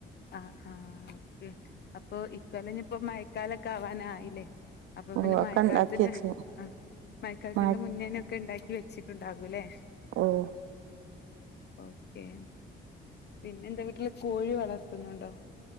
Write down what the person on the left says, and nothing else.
ആഹ് ആഹ് ഓക്കെ അപ്പൊ ഇക്കൊല്ലം ഞാൻ ഇപ്പോ മയക്കാലൊക്കെ ആവാൻ ആയില്ലേ അപ്പൊ
പിന്നെ
മഴക്കാലത്തിന്റെ
ആ മയക്കാലത്തിന്റെ
മുന്നേ തന്നെ ഒക്കെ ഒണ്ടാക്കി വെച്ചു ഉച്ചക്ക് ഉണ്ടാക്കുംയല്ലേ
ഓക്കെ പിന്നെ നിന്റെ വീട്ടില് കോഴി വളർത്തുന്നുണ്ടോ